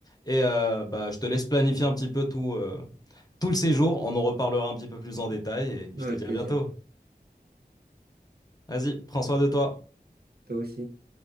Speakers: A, on the left; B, on the right.
A: Et euh, bah, je te laisse planifier un petit peu tout, euh, tout le séjour. On en reparlera un petit peu plus en détail et je
B: Avec
A: te dis
B: plaisir.
A: à bientôt. Vas-y, prends soin de toi.
B: Toi aussi.